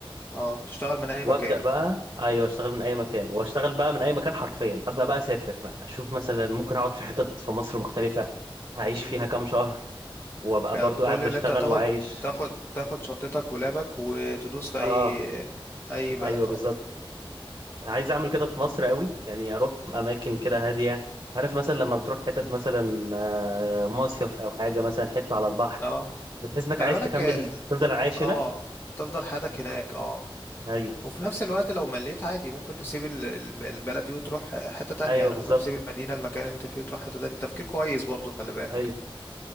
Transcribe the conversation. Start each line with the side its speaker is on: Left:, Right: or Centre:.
Left: اه تشتغل من اي
Right: وابدا
Left: مكان
Right: بقى ايوه اشتغل من اي مكان واشتغل بقى من اي مكان حرفيا ابدا بقى اسافر بقى اشوف مثلا ممكن
Left: مم.
Right: اقعد في حتت في مصر مختلفه اعيش
Left: امم
Right: فيها كام شهر وابقى
Left: يعني
Right: برضو
Left: كل
Right: قاعد بشتغل
Left: اللي انت هتاخد
Right: وعايش
Left: تاخد تاخد شنطتك ولابك وتدوس في
Right: اه
Left: اي اي بلد
Right: ايوه بالظبط
Left: اه
Right: عايز اعمل كده في مصر قوي يعني اروح اماكن كده هاديه عارف مثلا لما بتروح حتت مثلا آه، مصيف او حاجه مثلا حته على البحر
Left: اه
Right: بتحس انك
Left: خلي
Right: عايز
Left: بالك
Right: تكمل تفضل عايش
Left: اه
Right: هنا
Left: تفضل حياتك هناك اه
Right: ايوه
Left: وفي نفس الوقت لو مليت عادي ممكن تسيب ال- ال- البلد دي وتروح حتة تانية
Right: ايوه
Left: يعني
Right: بالظبط
Left: ممكن تسيب المدينة المكان اللي انت فيه وتروح حتة تانية تفكير كويس برضو خلي بالك
Right: ايوه